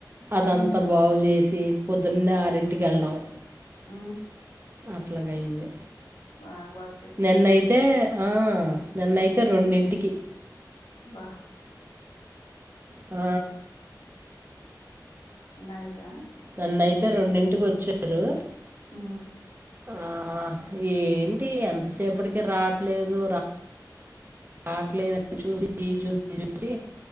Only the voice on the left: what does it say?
ఉహు
ఊ
బాగవత్
భహ
నైటా
ఊ